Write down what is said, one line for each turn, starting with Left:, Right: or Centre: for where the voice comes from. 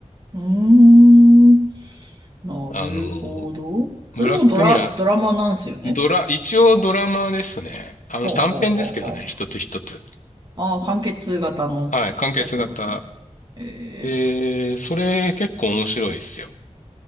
Right: うーん。なるほど。
Left: あの、
Right: それもドラ、
Left: ブラックミラー、
Right: ドラマなんですよね。
Left: ドラ、一応ドラマですね。あの、
Right: ほうほうほうほう。
Left: 短編ですけどね、一つ一つ。
Right: ああ、完結型のやつなんですね。
Left: はい、完結型。
Right: え
Left: で、それ結構面白いですよ。